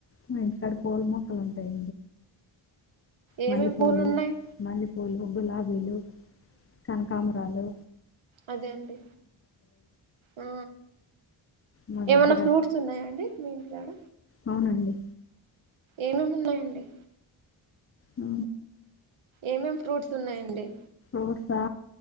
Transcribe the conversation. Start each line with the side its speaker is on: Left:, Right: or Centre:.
Left: <unintelligible> పూల మొక్కలు
Right: ఏమేమి
Left: మల్లెపూలు
Right: పూలు ఉన్నాయి
Left: మల్లెపూలు గులాబీలు ఇంకేంటండి
Right: అదే అండి ఆ
Left: మా దగ్గర
Right: ఏమన్న ఫ్రూట్స్ ఉన్నాయా అండి మీ ఇంటి కాడ
Left: అవునండి.
Right: ఏమేమున్నాయండి
Left: ఆ
Right: ఏమేం ఫ్రూట్స్ ఉన్నాయండి
Left: ఫ్రూట్సా